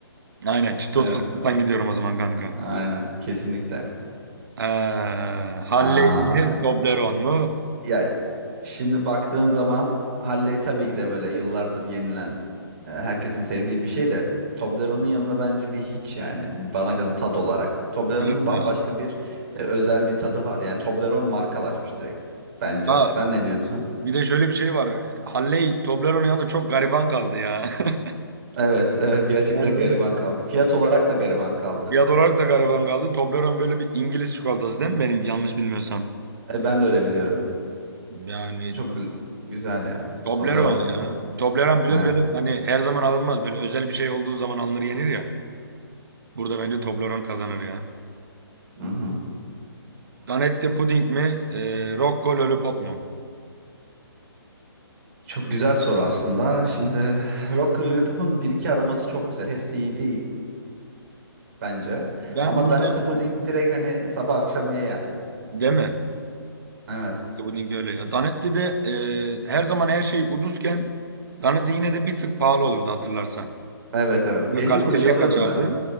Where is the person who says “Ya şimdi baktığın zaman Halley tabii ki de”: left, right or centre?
Right